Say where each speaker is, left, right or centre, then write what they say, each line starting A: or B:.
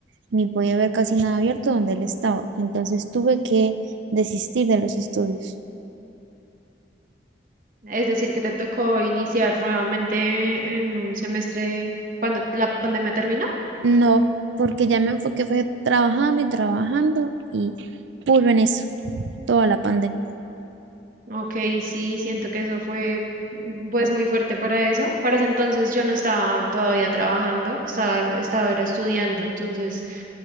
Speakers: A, on the right; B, on the right.
A: ni podía ver casi nada abierto donde él estaba. Entonces tuve que desistir de los estudios.
B: es decir que te tocó iniciar nuevamente en un semestre cuando la pandemia terminó.
A: No, porque ya me enfoqué, fue trabajando y trabajando y puro en eso, toda la pandemia.
B: Ok, sí, siento que eso fue mm, pues muy fuerte para eso. Para ese entonces yo no estaba todavía trabajando, estaba, estaba era estudiando, entonces